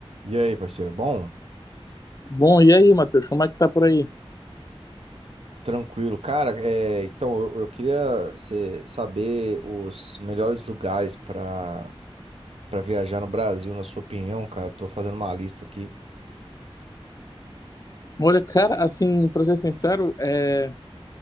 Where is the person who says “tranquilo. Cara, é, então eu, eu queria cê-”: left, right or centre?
Right